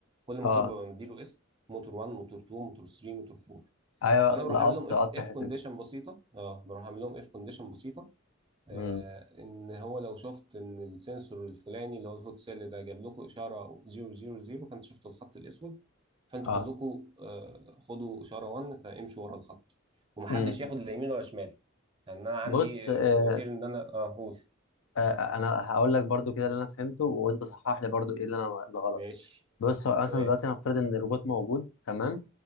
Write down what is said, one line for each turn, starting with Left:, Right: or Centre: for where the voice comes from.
Right: كل
Left: اه
Right: موتور ببقى مديله اسم موتور 1 موتور 2 موتور 3 موتور 4
Left: ايوه
Right: فانا بروح
Left: لقطت
Right: عامل لهم اف
Left: لقطت
Right: اف
Left: الحته
Right: كونديشن
Left: دي
Right: بسيطه اه بروح عامل لهم اف كونديشن بسيطه آه،
Left: امم
Right: ان هو لو شفت ان السنسور الفلاني اللي هو الفوتوسيل ده جاب لكم اشاره 000 فانت شفت الخط الاسود فانتوا
Left: اه
Right: كلكم آه، خدوا اشاره 1 فامشوا ورا الخط ومحدش
Left: امم
Right: ياخد لا يمين ولا شمال لان انا عندي
Left: بص آه
Right: آه، في المواتير ان انا اه قول
Left: آه آه، انا هقول لك برضو كده اللي انا فهمته وانت صحح لي برضو ايه اللي انا اللي غلط
Right: ماشي
Left: بص هو مثلا
Right: تمام
Left: دلوقتي هنفترض ان الروبوت موجود تمام